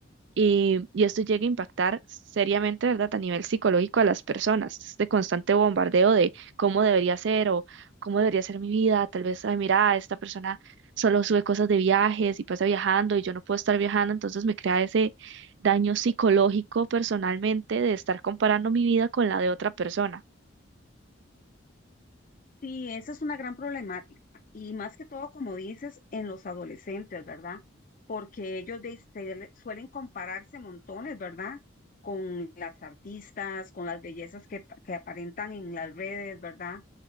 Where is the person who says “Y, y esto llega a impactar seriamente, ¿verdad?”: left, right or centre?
Right